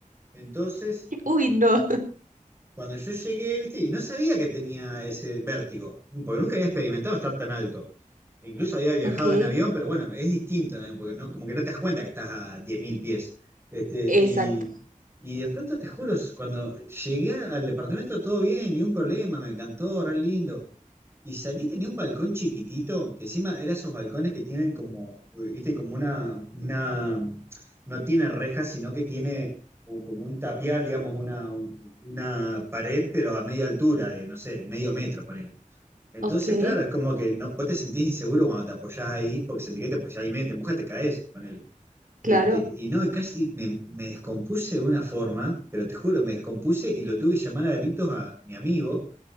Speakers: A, on the right (about 20°); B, on the right (about 75°).
A: Entonces,
B: <laughs> Uy, no.
A: cuando yo llegué, viste, y no sabía que tenía ese vértigo, porque nunca había experimentado estar tan alto. Incluso había viajado
B: Ok.
A: en avión, pero bueno, es distinto en avión, porque no, como que no te das cuenta que estás a 10.000 pies. Este,
B: Exacto.
A: y, y de pronto te juro, cuando llegué al departamento todo bien, ni un problema, me encantó, re lindo. Y salí, tenía un balcón chiquitito, que encima era esos balcones que tienen como, viste, como una, una, no tiene rejas, sino que tiene o como un tapial, digamos, una, una pared, pero a media altura, de no sé, medio metro, ponele. Entonces,
B: Ok.
A: claro, es como que no, vos te sentís inseguro cuando te apoyás ahí, porque sentís que te apoyás ahí, medio te empujas, te caes, ponele. Este,
B: Claro.
A: y no, y casi me, me descompuse de una forma, pero te juro, me descompuse y lo tuve que llamar a gritos a mi amigo